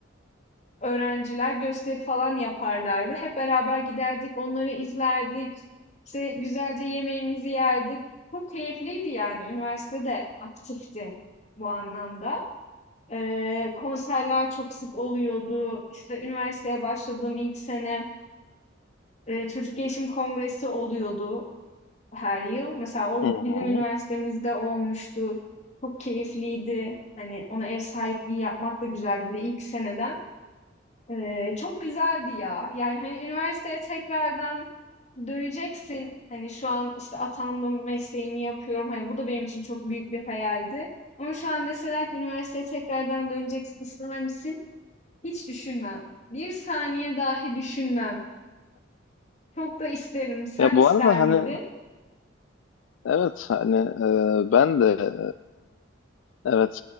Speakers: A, on the left; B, on the left.
A: öğrenciler gösteri falan yaparlardı. Hep beraber giderdik, onları izlerdik. İşte güzelce yemeğimizi yerdik. Çok keyifliydi yani. Üniversite de aktifti bu anlamda. Ee, konserler çok sık oluyordu. İşte üniversiteye başladığım ilk sene e, çocuk gelişim kongresi oluyordu her yıl. Mesela o
B: <laughs>
A: bizim üniversitemizde olmuştu. Çok keyifliydi. Hani ona ev sahipliği yapmak da güzeldi. Bir de ilk seneden. Eee, çok güzeldi ya. Yani hani üniversiteye tekrardan döneceksin. Hani şu an işte atandım, mesleğimi yapıyorum. Hani bu da benim için çok büyük bir hayaldi. Ama şu an deseler ki üniversiteye tekrardan döneceksin, ister misin? Hiç düşünmem. Bir saniye dahi düşünmem. Çok da isterim. Sen
B: Ya bu
A: ister
B: arada
A: miydin?
B: hani evet hani e, ben de e, evet